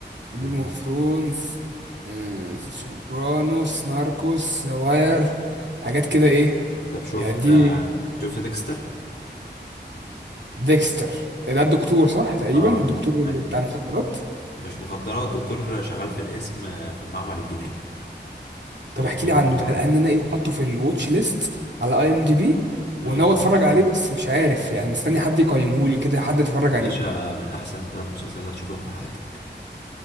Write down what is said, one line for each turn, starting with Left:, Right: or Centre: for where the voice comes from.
Left: مم.
Right: جيم اوف ثرونز آه سوبرانوس ناركوس واير حاجات كده ايه
Left: طب شفت
Right: يعني دي
Left: آه، شفت ديكستر؟
Right: ديكستر ده الدكتور صح تقريبا
Left: اه
Right: الدكتور اللي
Left: ايوه
Right: بتاع المخدرات
Left: مش مخدرات الدكتور شغال في القسم آه، في المعمل الجنائي
Right: طب
Left: او
Right: احكي
Left: الطب
Right: لي عنه
Left: الشرعي
Right: ده لان انا ايه حاطه في الواتش ليست على اي ام دي بي
Left: اه
Right: وناوي اتفرج عليه بس مش عارف يعني مستني حد يقيمه لي كده حد يتفرج عليه
Left: باشا من احسن ثلاث مسلسلات هتشوفهم في حياتك